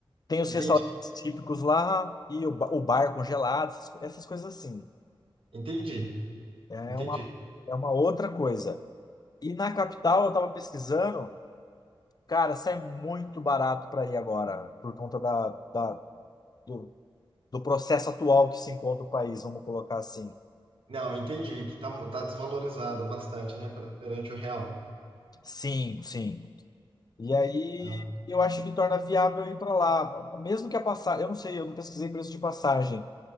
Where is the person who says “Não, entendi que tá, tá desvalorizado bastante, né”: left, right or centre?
Right